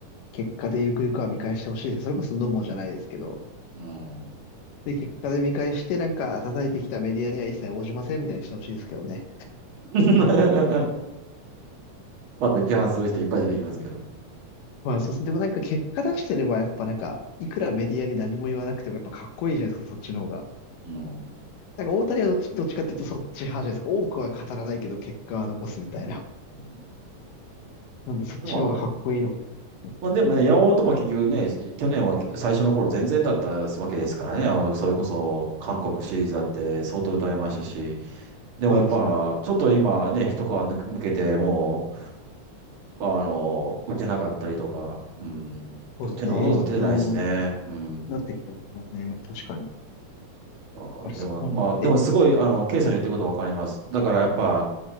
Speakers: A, on the left; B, on the right.
A: 結果でゆくゆくは見返してほしいです。それこそノモじゃないですけど。
B: うーん。
A: で、結果で見返してなんか叩いてきたメディアには一切応じませんみたいにしてほしいですけどね。
B: <laughs> また批判する人いっぱい出てきますけど。
A: まあ、そうそう、でもなんか結果出してれば、やっぱなんか、いくらメディアに何も言わなくても、やっぱかっこいいじゃないですか、そっちの方が。
B: うん。
A: なんか大谷はどっち、どっちかっていうとそっち派じゃないですか。多くは語らないけど、結果は残すみたいな。
B: うん
A: <laughs> なんで、そっちの方がかっこいいのかなと思ったり。
B: でも、まあ、でもね、山本も結局ね、去年は最初の頃全然だったわけですからね、あの、それこそ韓国シリーズだって相当打たれましたし、でもやっぱ、
A: そうですね。
B: ちょっと今ね、一皮抜けて、もう、あの、打てなかったりとか、うん、
A: そうですね。
B: 打てな、ほとんど打ててないですね。
A: エース級に
B: うん。
A: なってきてますもんね。確かに。
B: あでも、
A: だからそう思って。
B: まあ、でもすごい、あの、ケイさんの言ってることわかります。だからやっぱ、